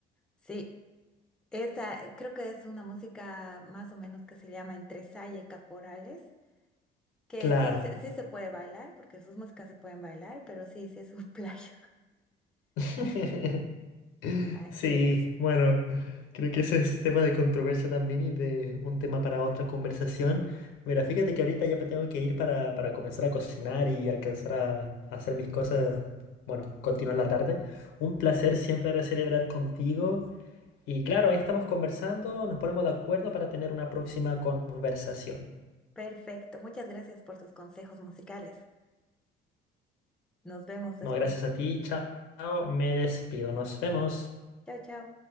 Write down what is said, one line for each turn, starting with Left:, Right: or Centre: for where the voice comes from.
Centre: Sí. Esta creo que es una música más o menos que se llama entre saya y caporales, que
Left: Claro.
Centre: sí, se- sí se puede bailar, porque sus músicas se pueden bailar, pero sí, sí es un <laughs> playo.
Left: <laughs>
Centre: Así
Left: Sí,
Centre: es.
Left: bueno, creo que ese es tema de controversia también y de un tema para otra conversación. Mira, fíjate que ahorita ya me tengo que ir para, para comenzar a cocinar y alcanzar a, a hacer mis cosas, bueno, continuar la tarde. Un placer siempre ahora celebrar contigo y claro, ahí estamos conversando, nos ponemos de acuerdo para tener una próxima conversación.
Centre: Perfecto. Muchas gracias por tus consejos musicales. Nos vemos después.
Left: No, gracias a ti, chao, me despido, nos vemos.
Centre: Chao, chao.